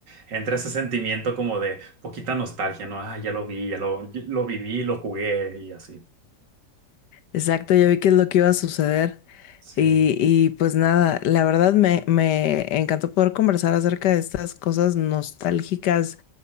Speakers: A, on the right; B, on the left.
A: entra ese sentimiento como de poquita nostalgia, ¿no? Ah, ya lo vi, ya lo, lo viví, lo jugué y así.
B: Exacto, ya vi qué es lo que iba a suceder.
A: Sí.
B: Y, y pues nada, la verdad me, me encantó poder conversar acerca de estas cosas nostálgicas